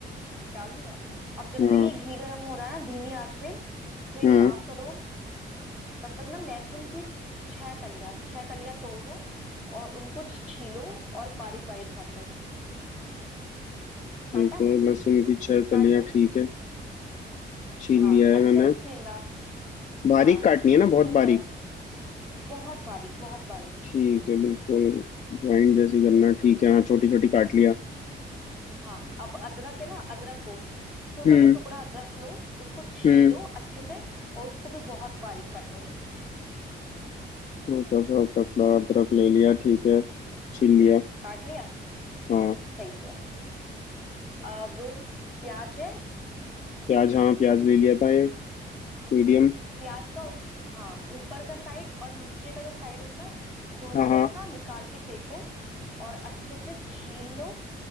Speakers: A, in the centre; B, on the left.
A: डाल दिया अब जब
B: हाँ
A: तक ये घी गर्म हो रहा है ना धीमी आंच पे तो एक
B: हाँ
A: काम करो तब तक ना लहसुन की छह कलियां छह कलियां तोड़ लो और उनको छीलो और बारीक बारीक काटो
B: ठीक
A: काटा
B: है लहसुन की छह कलियां
A: काट लो
B: ठीक है छील
A: हाँ
B: लिया
A: अच्छे
B: है मैंने
A: से छीलना
B: बारीक
A: हाँ
B: काटनी है ना
A: छिल
B: बहुत
A: जाए
B: बारीक
A: बहुत बारीक बहुत बारीक
B: ठीक है बिल्कुल ग्राइंड जैसी करना ठीक है हाँ छोटी छोटी काट लिया
A: हाँ अब अदरक है ना अदरक को छोटा
B: हम्म
A: सा टुकड़ा अदरक लो उसको छीलो
B: हम्म
A: अच्छे से और उसको भी बहुत बारीक काटो
B: हल्का सा टुकड़ा अदरक ले लिया ठीक है छील लिया
A: काट लिया
B: हाँ
A: सही किया अब प्याज है
B: प्याज हाँ प्याज ले लिया था ये मीडियम
A: प्याज का हाँ ऊपर का साइड और नीचे का जो साइड होता है दोनों
B: हाँ
A: को
B: हाँ
A: ना निकाल के फेंको और अच्छे से छील लो